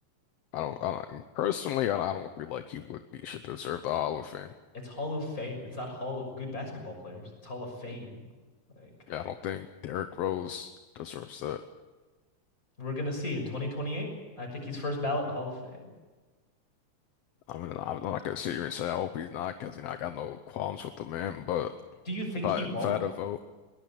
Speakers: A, on the left; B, on the left.
A: I don't, I don't personally, I, I don't feel like he would be should deserve the Hall of Fame.
B: It's Hall of Fame. It's not Hall of Good Basketball Players. It's Hall of Fame. Like
A: Yeah, I don't think Derrick Rose deserves that.
B: we're gonna see in 2028. I think he's first ballot Hall of Fame.
A: I mean, I'm not gonna sit here and say I hope he's not because you know I got no qualms with the man, but.
B: Do you think
A: If I
B: he won't?
A: if I had a vote,